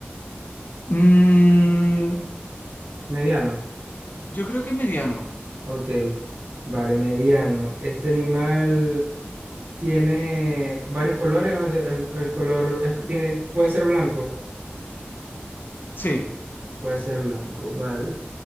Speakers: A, on the left; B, on the right.
A: Mm,
B: mediano.
A: yo creo que mediano.
B: Ok, vale, mediano. ¿Este animal tiene varios colores o es, de- o es color, es- tiene, puede ser blanco?
A: Sí.
B: Puede ser blanco, vale.